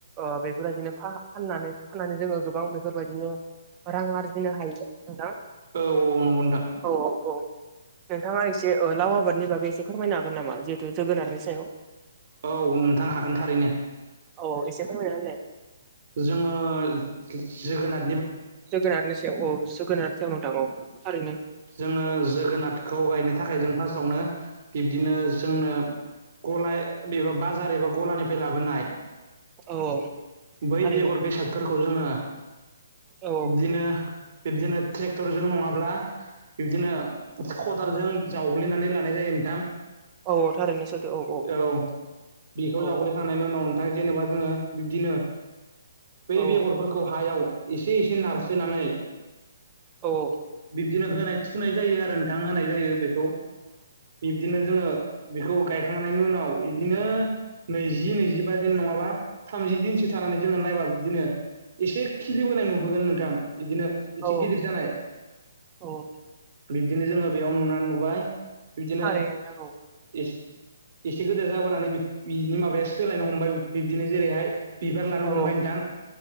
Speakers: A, on the right; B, on the right.
A: ओ बेबादिनो फा फाननानै फाननानै जोङो गोबां बेफोरबादिनो रां आरजिनो हायो नोंथां
B: औ औ नंगौ नोंथां
A: औ औ औ नोंथांआ एसे ओ लाव आबादनि बागै एसे फोरमायनो हागोन नामा जिहेथु जोगोनारनि सायाव
B: औ नोंथां हागोन थारैनो
A: औ एसे फोरमायना होलाय
B: जोङो जोगोनाद
A: जोगोनारनि सायाव औ जोगोनारनि सायाव नोंथां औ थारैनो
B: जोङो जोगोनादखौ गायनो थाखाय जों फास्तआवनो बिबदिनो जोंनो। गलाय बेबो बाजार एबा गलानिफ्राय लाबोनाय।
A: औ औ।
B: बै
A: थारैनो
B: बेगर बेसादफोरखौ जोङो
A: औ
B: बिदिनो। बिबदिनो ट्रेक्टरजों नङाब्ला बिब्दिनो खदालजों जावग्लिनानै लानाय जायो नोंथां।
A: औ थारैनो सैथो
B: औ
A: नंगौ
B: बिखौ
A: औ
B: जावग्लैखांनायनि उनाव नोंथां जेनेबा। जोङो बिब्दिनो। बै
A: औ
B: बेगरफोरखौ हायाव एसे एसे नारसोनानै
A: औ
B: बिबदिनो होनाय थुनाय जायो आरो नोंथां होनाय जायो बेखौ बिबदिनो। जोङो बेखौ गायखांनायनि उनाव बिदिनो नैजि नैजिबा दिन नङाबा थामजि दिन। सो थानानै जोङो नायबा बिदिनो एसे खिलिबोनाय नुबोगोन नोंथां। बिदिनो एसे
A: औ
B: गिदिर जानाय
A: औ औ
B: बिबदिनो जोङो बेयाव नुनानै नुबाय। बिदिनो
A: थारैनो नोंथां
B: एस। एसे गेदेर जाबोनानै बिनि माबाया सोलायनो हमबाय बिबदिनो जेरैहाय। बिबार लानो
A: औ
B: हमबाय नोंथां